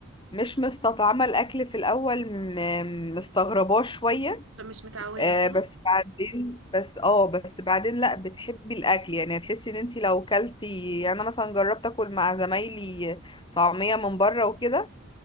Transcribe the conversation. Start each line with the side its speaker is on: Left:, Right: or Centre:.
Left: مش مستطعمه الاكل في الاول م- مستغرباه شويه
Right: فمش متعوده
Left: آه،
Right: صح
Left: بس بعدين بس اه بس بعدين لا بتحبي الاكل يعني هتحسي ان انت لو كلتي يعني انا مثلا جربت اكل مع زمايلي طعميه من بره وكده